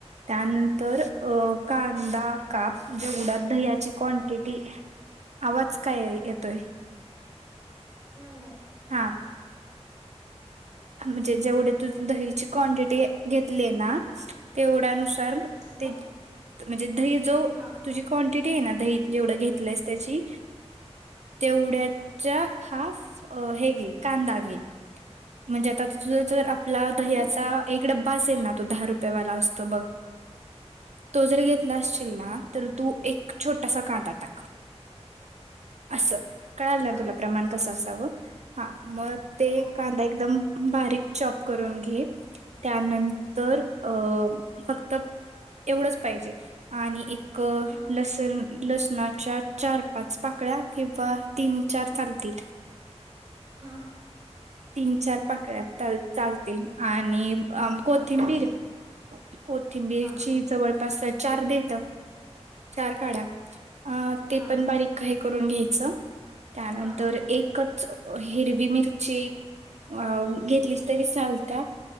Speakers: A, on the right (about 80°); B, on the right (about 30°).
A: त्यानंतर तर अ कांदा काप जेवडात दह्याची क्वांटिटी आवाज काय येतोय.
B: नाही नाही.
A: हा. म्हणजे जेवढे तू दहीची क्वांटिटी घेतली ना तेवढ्यानुसार
B: <unintelligible>
A: ते म्हणजे <inaudible>
B: हा
A: ते ना दही जेवढं घेतलंस त्याची तेवढ्याचा हा हे घे कांदा
B: हा
A: घे. म्हणजे आता तुझ जर आपला दह्याचा
B: हम्म
A: एक डब्बा असेल ना तो दहा रुपयेवाला असतो बघ तो जर घेतला असशल ना तर तू एक छोटासा कांदा टाका अस. कळाल ना
B: हा
A: तुला प्रमाण कसं अस. हा मग ते.
B: हो
A: कांदा
B: हो
A: एकदम. बारीक चॉप करून घे त्यानंतर अ फक्त एवढंच पाहिजे आणि एक
B: हा
A: लसण लसणाच्या चार पाच पाकळ्या किंवा तीन चार चालतील.
B: हा
A: तीन चार पाकड्या चालतील आणि आ कोथिंबीर
B: हा
A: हो कोथिंबीर
B: हा
A: ची जवळपास चार देत चार काढ्या अ ते
B: हा
A: पण बारीक आहे करून घ्यायचं त्यानंतर
B: हा
A: एकच हिरवी मी क अ गी किलीच तरी चालतात